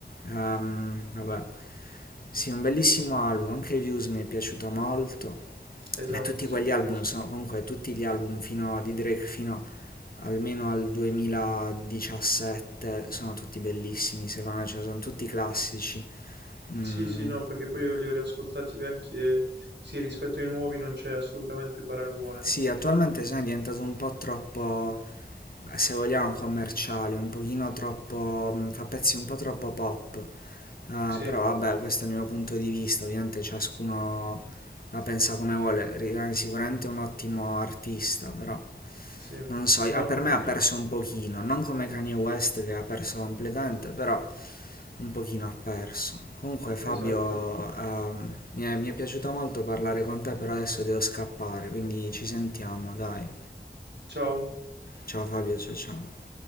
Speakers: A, on the left; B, on the right.
A: Ehm, vabbè, sì, un bellissimo album, anche Views mi è piaciuto molto.
B: esatto,
A: Ma tutti
B: sì,
A: quegli
B: Views.
A: album sono comunque tutti gli album fino a- di Drake fino almeno al 2017 sono tutti bellissimi, secondo me, cioè sono tutti classici. Mm,
B: Sì, sì, no, perché poi io li ho riascoltati vecchi e sì, rispetto ai nuovi non c'è assolutamente paragone.
A: sì, attualmente se ne è diventato un po' troppo, se vogliamo, commerciale, un pochino troppo, mm, fa pezzi un po' troppo pop. Ah,
B: Sì,
A: però vabbè, questo è il mio punto di vista, ovviamente ciascuno la pensa come vuole, rimane sicuramente un ottimo artista, però
B: sì.
A: non so, ah,
B: No,
A: per
B: condivido.
A: me ha perso un pochino, non come Kanye West che ha perso completamente, però un pochino ha perso. Comunque Fabio,
B: Esatto.
A: ehm, mi è, mi è piaciuto molto parlare con te, però adesso devo scappare, quindi ci sentiamo, dai.
B: Ciao.
A: Ciao Fabio, ciao ciao.